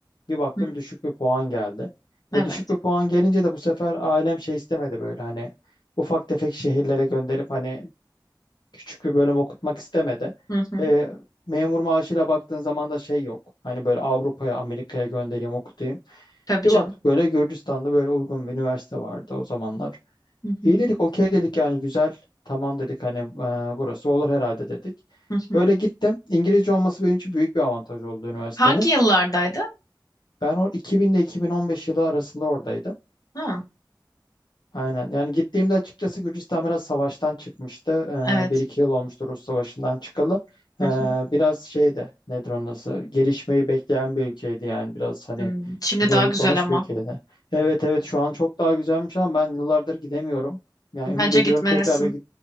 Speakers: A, on the left; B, on the left.
A: bir baktım
B: Hı,
A: düşük bir puan geldi.
B: evet.
A: E düşük bir puan gelince de bu sefer ailem şey istemedi böyle hani ufak tefek şehirlere gönderip hani küçük bir bölüm okutmak istemedi.
B: Hı hı.
A: E, memur maaşıyla baktığın zaman da şey yok. Hani böyle Avrupa'ya, Amerika'ya göndereyim, okutayım.
B: Tabii
A: Bir
B: canım.
A: baktık böyle Gürcistan'da böyle uygun bir üniversite vardı o zamanlar.
B: Hı hı.
A: İyi dedik, okey dedik yani güzel. Tamam dedik hani e, burası olur herhalde dedik.
B: Hı hı.
A: Böyle gittim. İngilizce olması benim için büyük bir avantaj oldu üniversitenin.
B: Hangi yıllardaydı?
A: Ben o 2000 ile 2015 yılı arasında oradaydım.
B: Ha,
A: Aynen. Yani gittiğimde açıkçası Gürcistan biraz savaştan çıkmıştı.
B: evet.
A: Ee, bir iki yıl olmuştu Rus savaşından çıkalı.
B: Hı
A: Ee,
B: hı.
A: biraz şey de nedir onun adı? Gelişmeyi bekleyen bir ülkeydi yani. Biraz hani
B: Hmm, Şimdi
A: zayıflamış
B: daha güzel ama.
A: bir ülkeydi. Evet evet şu an çok daha güzelmiş ama ben yıllardır gidemiyorum. Yani
B: Bence
A: ümit ediyorum
B: gitmelisin.
A: tekrar belki